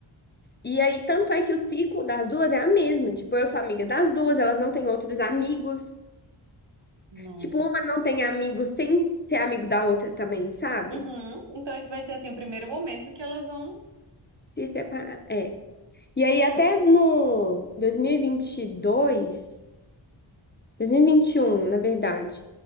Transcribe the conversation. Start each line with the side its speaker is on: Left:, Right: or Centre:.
Left: E aí, tanto é que o ciclo das duas é a mesma. Tipo, eu sou amiga das duas, elas não têm outros amigos.
Right: não.
Left: Tipo, uma não tem amigo sem ser amigo da outra também, sabe?
Right: Uhum. Então esse vai ser assim o primeiro momento que elas vão.
Left: Se separar. é. E aí, até no dois dois dois mil mil e vinte e dois, dois mil e vinte vinte e um na verdade,